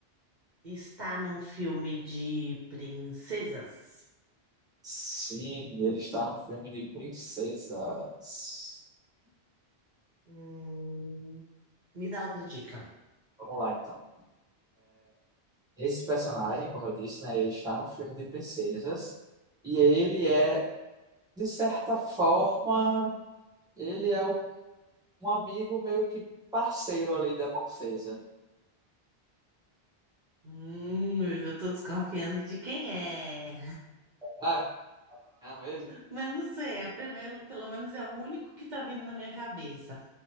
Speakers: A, on the right; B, in the centre.
A: está num filme de princesas.
B: Sim, ele está no filme de princesas.
A: Hum, me dá outra dica.
B: Vamos lá, então. Esse personagem, como eu disse, né, ele está no filme de princesas e ele é, de certa forma, ele é o um amigo meio que parceiro ali da princesa.
A: Hum, eu tô desconfiando de quem é.
B: Ah, é mesmo?
A: Mas não sei, é primeiro, pelo menos é o único que tá vindo na minha cabeça.